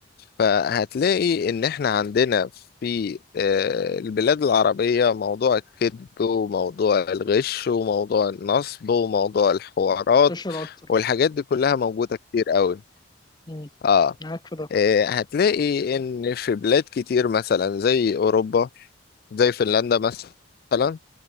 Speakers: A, on the left; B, on the left.
A: فهتلاقي إن إحنا عندنا في آه، البلاد العربية موضوع الكذب وموضوع الغش وموضوع النصب وموضوع الحوارات
B: منتشر اكتر
A: والحاجات دي كلها موجودة كتير قوي
B: مم.
A: آه
B: معاك في ده
A: آه، هتلاقي إن في بلاد كتير مثلا زي أوروبا زي فنلندا مثلا